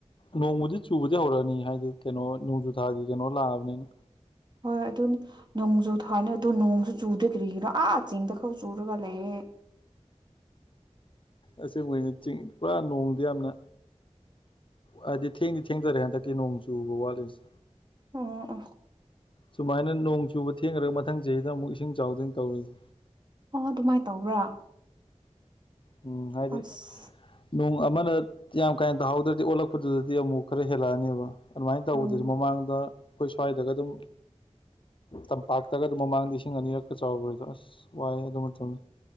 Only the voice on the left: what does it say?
ꯅꯣꯡꯃꯗꯤ ꯆꯨꯕꯗꯤ ꯍꯧꯔꯛꯑꯅꯤ ꯍꯥꯏꯗꯤ ꯀꯩꯅꯣ ꯅꯣꯡꯖꯨ ꯊꯥꯒꯤ ꯀꯩꯅꯣ ꯂꯥꯛꯑꯕꯅꯤꯅ
ꯑꯁꯦꯡ ꯑꯣꯏꯅ ꯆꯤꯡ ꯄꯨꯔꯥ ꯅꯣꯡꯗꯤ ꯌꯥꯝꯅ ꯍꯥꯏꯗꯤ ꯊꯦꯡꯗꯤ ꯊꯦꯡꯙꯔꯦ ꯍꯟꯗꯛꯀꯤ ꯅꯣꯡ ꯆꯨꯕ ꯋꯥꯠꯂꯤꯁꯦ
ꯁꯨꯃꯥꯏꯅ ꯅꯣꯡ ꯆꯨꯕ ꯊꯦꯡꯒꯔ꯭ ꯃꯊꯪ ꯆꯍꯤꯗ ꯑꯃꯨꯛ ꯏꯁꯤꯡ ꯆꯥꯎꯗꯣꯏꯅꯤ ꯇꯧꯔꯤꯁꯦ
ꯎꯝ ꯍꯥꯏꯗꯤ
ꯅꯣꯡ ꯑꯃꯅ ꯌꯥꯝ ꯀꯥ ꯍꯦꯟ ꯇꯥꯍꯧꯗ꯭ꯔꯗꯤ ꯑꯣꯜꯂꯛꯄꯗꯨꯗꯗꯤ ꯑꯃꯨꯛ ꯈꯔ ꯍꯦꯜꯂꯛꯑꯅꯦꯕ ꯑꯗꯨꯃꯥꯏꯅ ꯇꯧꯕꯗꯁꯨ
ꯃꯃꯥꯡꯗ ꯈꯣꯏ ꯁ꯭ꯋꯥꯏꯗꯒ ꯗꯨꯝ ꯇꯝꯄꯥꯛꯇꯒ ꯑꯗꯨꯝ ꯃꯃꯥꯡꯗ ꯏꯁꯤꯡ ꯑꯅꯤꯔꯛꯀ ꯆꯥꯎꯈꯔ꯭ꯤꯗꯣ ꯑꯁ ꯋꯥꯏꯍꯦ ꯑꯗꯨ ꯃꯇꯝ